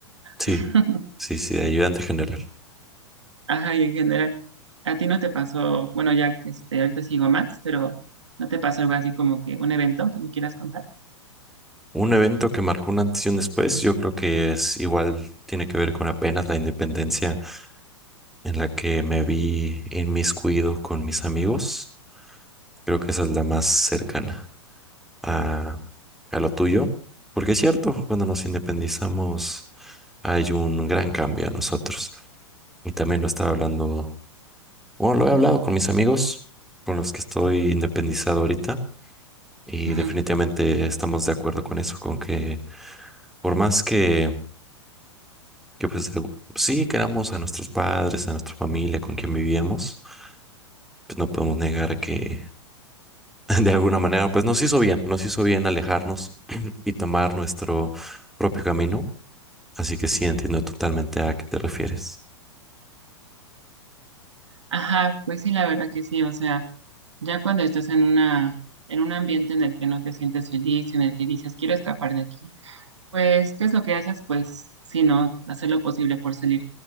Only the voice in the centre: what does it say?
Sí,
sí, sí, de ayudante general.
Un evento que marcó un antes y un después, yo creo que es igual, tiene que ver con apenas la independencia en la que me vi inmiscuido con mis amigos. Creo que esa es la más cercana a, a lo tuyo, porque es cierto, cuando nos independizamos hay un gran cambio a nosotros. Y también lo estaba hablando, bueno, lo he hablado con mis amigos, con los que estoy independizado ahorita, y
definitivamente estamos de acuerdo con eso, con que por más que, que pues de- sí queramos a nuestros padres, a nuestra familia, con quien vivíamos, pues no podemos negar que <laughs> de alguna manera, pues nos hizo bien, nos hizo bien alejarnos y tomar nuestro propio camino. Así que sí, entiendo totalmente a qué te refieres.